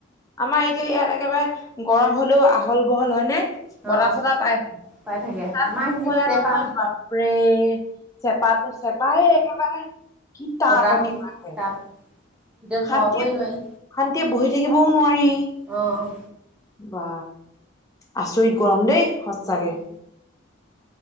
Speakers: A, on the left (about 15°); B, in the centre.
A: আমাৰ এতিয়া ইয়াত একেবাৰে গৰম হলেও আহল বহল হয়নেে
B: অ
A: বতাহ চতাহ পাই থাকে
B: পাই
A: তাতষয়া
B: আমাৰ এইখিনি চেপা
A: নহয় বাপৰে চেপাটো চেপা হ একেবাৰে কি তাপ
B: বতাহো
A: কেেবা
B: তাপ ভিতৰত সোমাবই
A: শান্তিত
B: নোৱাৰি
A: শান্তিয়ে বহি থাকিবও নোৱাৰি
B: অঁ
A: বা আচৰিত গৰম দেই সচ চাগে
B: উম